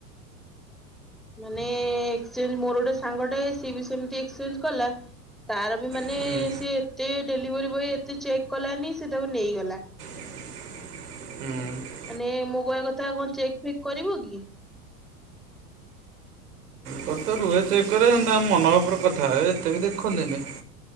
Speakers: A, in the centre; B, on the right (about 70°).
A: ମାନେ ଏକ୍ସଚେଞ୍ଜ, ମୋର ଗୋଟେ ସାଙ୍ଗ ଟା ସିଏ ବି ସେମିତି ଏକ୍ସଚେଞ୍ଜ କଲା। ତାର ବି ମାନେ
B: ହୁଁ ହୁଁ
A: ସେ ଏତେ ଡେଲିଭରି ବୟ, ଏତେ ଚେକ୍ କଲାନି ସେ ତାକୁ ନେଇଗଲା।
B: <unintelligible> ତାଙ୍କର
A: ମାନେ ମୁଁ କହିବା କଥା କଣ, ଚେକ୍ ଫେକ୍ କରିବ କି?
B: ତାର ତ ରୁହେ ଚେ କନ୍ତା <unintelligible> ଆମ ମନ ଉପରେ କଥା, ଏତେ ବି ଦେଖନ୍ତିନି।